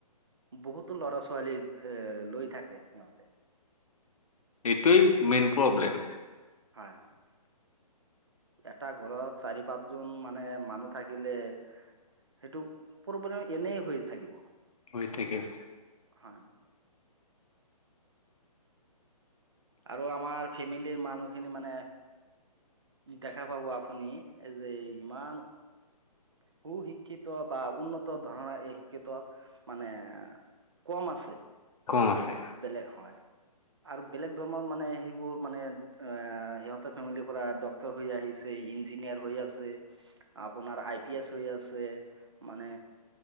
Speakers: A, on the right; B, on the left.
A: বহুতো ল'ৰা ছোৱালী এ লৈ থাকে সিহঁতে
B: এইটোই মেইন প্ৰব্লেম।
A: হয় হয় এটা ঘৰত চাৰি পাঁচজন মানে মানুহ থাকিলে সেইটো প্ৰবেম্ল এনেই হৈ থাকিব
B: ই ঠিকেই
A: হয়। আৰু আমাৰ ফেমিলিৰ মানুহ খিনি মানে দেখা পাব আপুনি যে ইমান সু শিক্ষিত বা উন্নত ধৰণৰ এই শিক্ষিতত মানে কম আছে,
B: কম আছে
A: বেলেগ হয়। আৰু বেলেগ ধৰণৰ মানে সেইবোৰ মানে এ সিহঁতে ফেমিলি পৰা ডক্টৰ হৈ আহিছে ইঞ্জিনিয়াৰ হৈ আছে আপোনাৰ পিয়েজ হৈ আছে মানে